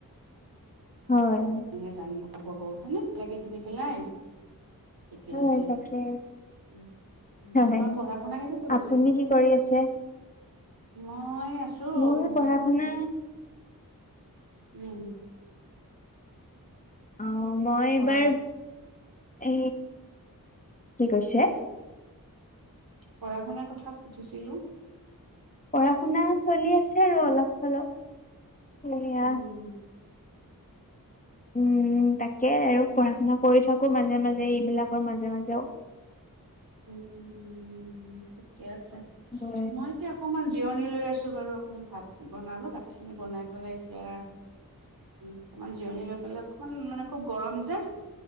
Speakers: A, on the left; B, on the right.
A: হয়।
B: মানুহে জানিব হ'ব হয়নে? লাগে এইখিনি পেলাই ঠিকে
A: হয়
B: আছে।
A: তাকে
B: উম, উম,
A: হয়।
B: তোমাৰ পঢ়া শুনা কেনে চলিছে?
A: আপুনি কি কৰি আছে?
B: মই আছো
A: মোৰ
B: অকনমান
A: পঢ়া
B: ম
A: শুনা
B: উম।
A: অ মই এইবাৰ
B: গৰম
A: এ কি কৈছে?
B: পঢ়া শুনা কথা সুধিছিলোঁ।
A: পঢ়া-শুনা চলি আছে আৰু অলপ চলপ। সেয়া
B: উম
A: উম তাকে আৰু পঢ়া শুনা কৰি থক কো মাজে মাজে এইবিলাকৰ মাজে মাজেও
B: উম, উম, উম ঠিকে আছে।
A: হয়
B: মই এতিয়া অকনমান জিৰণি লৈ আছো বাৰু অকণমান। ভাত বনালো ভাত খিনি বনাই পেলাই এতিয়া অকনমান জিৰণি লৈ পেলাই অকনমান মানে খুব গৰম যে